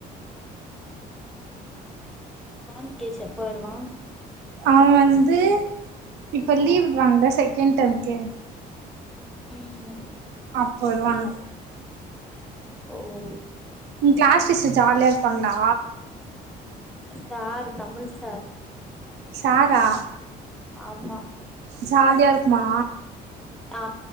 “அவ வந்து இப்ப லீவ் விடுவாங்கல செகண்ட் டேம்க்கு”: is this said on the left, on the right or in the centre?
Right